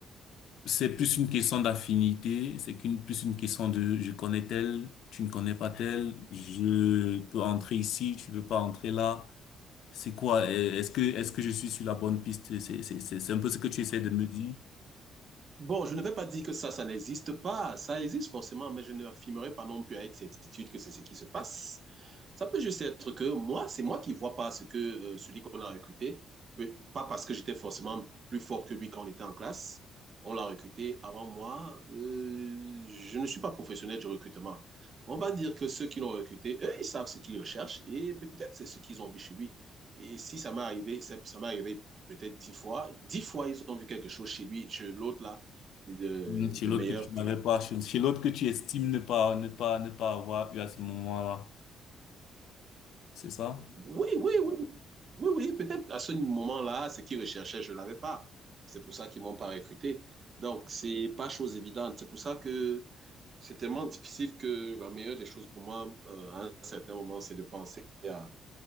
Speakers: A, on the left (about 80°); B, on the right (about 45°).
A: c'est plus une question d'affinité, c'est qu'une, plus une question de je connais tel, tu ne connais pas tel, je peux entrer ici, tu veux pas entrer là. C'est quoi? Euh, Est-ce que, est-ce que je suis sur la bonne piste? C'est, c'est, c'est c'est un peu ce que tu essaies de me dire.
B: Bon, je ne vais pas dire que ça, ça n'existe pas. Ça existe forcément, mais je ne l'affirmerai pas non plus avec certitude que c'est ce qui se passe. Ça peut juste être que moi, c'est moi qui ne vois pas ce que euh, celui qu'on a recruté, pas parce que j'étais forcément plus fort que lui quand on était en classe. On l'a recruté avant moi. Euh, je ne suis pas professionnel du recrutement. On va dire que ceux qui l'ont recruté, eux, ils savent ce qu'ils recherchent et peut-être c'est ce qu'ils ont vu chez lui. Et si ça m'est arrivé, ça, ça m'est arrivé peut-être dix fois. Dix fois, ils ont vu quelque chose chez lui, chez l'autre là de,
A: Non, Chez
B: de
A: l'autre
B: meilleur
A: que tu n'avais
B: que.
A: pas, chez chez l'autre que tu estimes ne pas, ne pas, ne pas avoir eu à ce moment-là. C'est ça?
B: Oui, oui, oui. Oui, oui, peut-être à ce moment-là, ce qu'ils recherchaient, je ne l'avais pas. C'est pour ça qu'ils ne m'ont pas recruté. Donc, c'est pas chose évidente. C'est pour ça que c'est tellement difficile que la meilleure des choses pour moi, euh, à un certain moment, c'est de penser à,